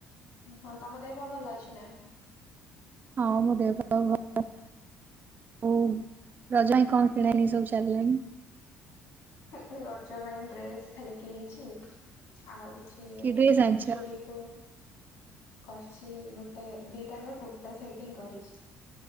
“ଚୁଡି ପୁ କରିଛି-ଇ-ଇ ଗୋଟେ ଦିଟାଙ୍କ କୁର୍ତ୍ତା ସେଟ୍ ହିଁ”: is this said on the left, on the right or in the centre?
Left